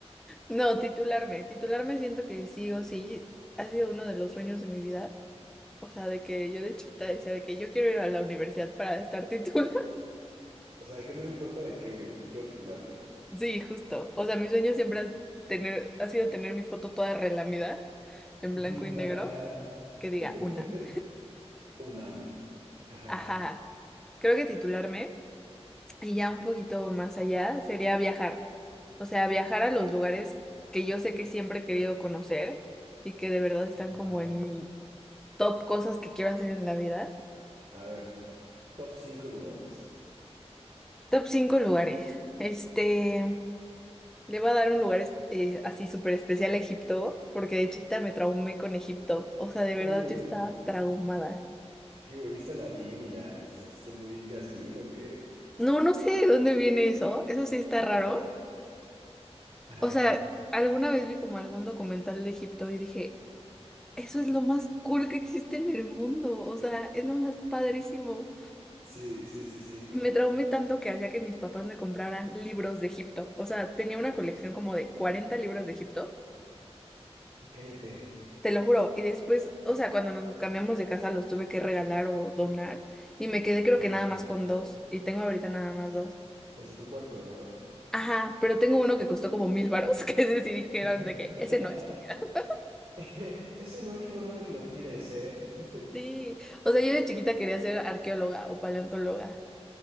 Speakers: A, in the centre; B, on the right (about 55°).
A: No, titularme, titularme siento que sí o sí ha sido uno de los sueños de de de de mi vida o sea que que yo yo chiquita decía de que yo quiero ir a la universidad para estar <laughs> titulada.
B: O sea, que no me importa de qué, güey. Quiero titularme.
A: Sí, justo. O sea, mi sueño siempre ha, tener, ha sido tener mi foto toda relamida, en
B: Ujú,
A: blanco y negro,
B: Ajá, ajá.
A: que diga
B: <laughs>
A: UNAM.
B: UNAM. Ajá,
A: Ajá. Creo que titularme, y ya un poquito más allá, sería viajar. O sea, viajar a los lugares que yo sé que siempre he querido conocer y que de verdad están
B: ajá.
A: como en mi top cosas que quiero hacer en la vida.
B: A ver, top 5 lugares.
A: Top 5 lugares. Este. Le voy a dar un lugar es- eh, así súper especial a Egipto, porque de chiquita me traumé con Egipto. O sea, de
B: Uy,
A: verdad yo estaba traumada.
B: qué güey, viste a Aladdin y ya te sentiste muy Jasmine o qué.
A: No, no sé de dónde viene eso. Eso sí está
B: <laughs>
A: raro.
B: Ajá.
A: O sea, alguna vez vi como algún documental de Egipto y dije, eso es lo más cool que existe en el mundo. O sea, es lo más padrísimo.
B: Sí, sí, sí, sí.
A: Me traumé tanto que hacía que mis papás me compraran libros de Egipto. O sea, tenía una colección como de 40 libros de Egipto.
B: Cállate.
A: Te lo juro. Y después, o sea, cuando nos cambiamos de casa los tuve que regalar o donar. Y me quedé creo
B: Ajá,
A: que nada
B: ajá.
A: más con dos. Y tengo ahorita nada más dos.
B: Los de tu cuarto, ¿no?
A: Ajá, pero tengo uno que costó como mil varos, <laughs> que ese sí dijeron
B: <laughs>
A: de que ese no, estúpida. <laughs>
B: <laughs> Ese no hay forma de que lo tires, ¿eh? <laughs>
A: Sí. O sea, yo de chiquita quería ser arqueóloga o paleontóloga.